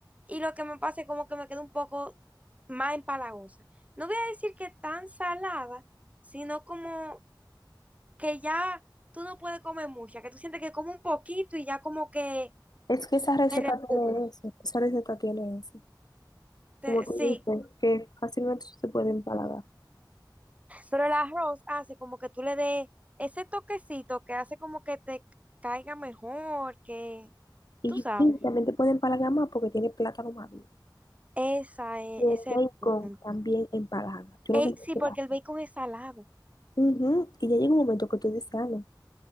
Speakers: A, on the right; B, on the left.
A: Y lo que me pasa es como que me queda un poco más empalagosa. No voy a decir que tan salada, sino como que ya tú no puedes comer mucha, que tú sientes que comes un poquito y ya como que
B: Es que esa receta
A: te repugna.
B: tiene eso, esa receta tiene eso.
A: Te-
B: Como tú
A: sí,
B: dices, que fácilmente se puede empalagar.
A: pero el arroz hace como que tú le des ese toquecito que hace como que te caiga mejor, que
B: Y
A: tú sabes.
B: sí, también te pueden empalagar más porque tiene plátano maduro.
A: Esa es,
B: Y el
A: ese
B: bacon
A: es el
B: también
A: punto.
B: empalaga. Yo
A: Ey,
B: no sé si
A: sí,
B: te
A: porque
B: pasa.
A: el bacon es salado.
B: Ujú, Y ya llega un momento que tú dices, ah, no,